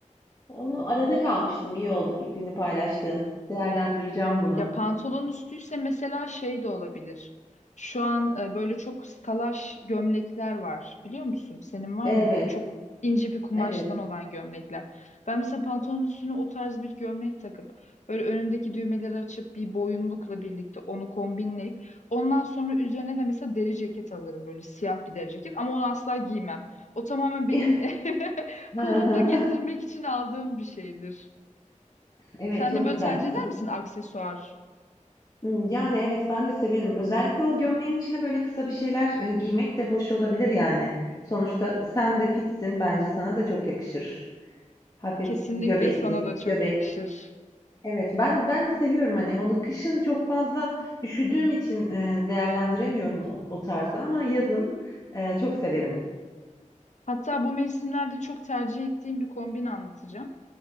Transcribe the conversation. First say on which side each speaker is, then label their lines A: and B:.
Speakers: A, on the left; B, on the left.
A: Onu arada kalmıştım. İyi oldu fikrini paylaştığın. Değerlendireceğim bunu.
B: Ya pantolon üstüyse mesela şey de olabilir. Şu an e, böyle çok salaş gömlekler var. Biliyor musun? Senin var
A: Evet,
B: mı böyle çok ince bir kumaştan
A: evet.
B: olan gömlekler? Ben mesela pantolon üstüne o tarz bir gömlek takıp böyle önündeki düğmeleri açıp bir boyunlukla birlikte onu kombinleyip ondan sonra üzerine de mesela deri ceket alırım böyle siyah bir deri ceket ama onu asla giymem. O tamamen
A: <laughs>
B: benim <laughs> kolumda
A: Hı hı.
B: gezdirmek için aldığım bir şeydir.
A: Evet,
B: Sen
A: çok
B: de böyle
A: güzel.
B: tercih eder
A: Çok...
B: misin aksesuar?
A: Hmm, Yani evet ben de severim. Özellikle o gömleğin içine böyle kısa bir şeyler e, giymek de hoş olabilir yani. Sonuçta sen de fitsin bence sana da çok yakışır. Hafif
B: Kesinlikle
A: göbekli,
B: sana da çok
A: göbek.
B: yakışır.
A: Evet, ben ben de seviyorum hani onu kışın çok fazla üşüdüğüm için e, değerlendiremiyorum o, o tarzı ama yazın e, çok severim.
B: Hatta bu mevsimlerde çok tercih ettiğim bir kombin anlatacağım.